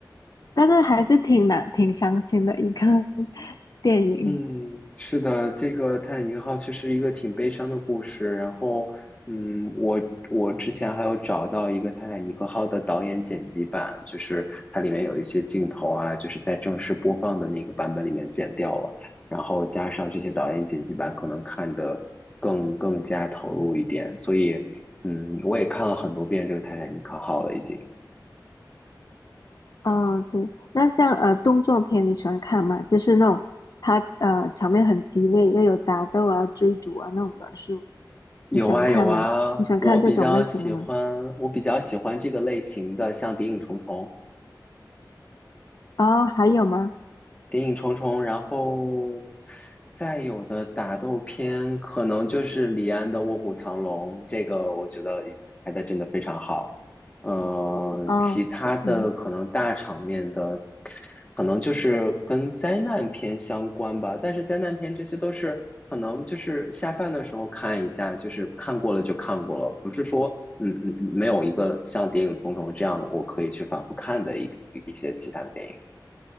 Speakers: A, on the left (about 55°); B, on the left (about 20°).
A: 但是还是挺难挺伤心的一个 <laughs> 电影。
B: 嗯，是的，这个《泰坦尼克号》确实一个挺悲伤的故事。然后，嗯，我我之前还有找到一个《泰坦尼克号》的导演剪辑版，就是它里面有一些镜头啊，就是在正式播放的那个版本里面剪掉了，然后加上这些导演剪辑版，可能看得更更加投入一点。所以，嗯，我也看了很多遍这个《泰坦尼克号》了，已经。
A: 哦，对，那像呃动作片你喜欢看吗？就是那种他呃场面很激烈，又有打斗啊、追逐啊那种元素，
B: 有啊有啊，
A: 你喜欢看吗？你喜欢看这种类型的吗？
B: 我比较喜欢我比较喜欢这个类型的，像《谍影重重》。
A: 哦，还有吗？
B: 谍影重重，然后再有的打斗片可能就是李安的《卧虎藏龙》，这个我觉得拍的真的非常好。嗯、
A: 哦，
B: 其他的可能大场面的，
A: 嗯。
B: 可能就是跟灾难片相关吧。但是灾难片这些都是可能就是下饭的时候看一下，就是看过了就看过了，不是说嗯嗯没有一个像《谍影重重》这样我可以去反复看的一一些其他的电影。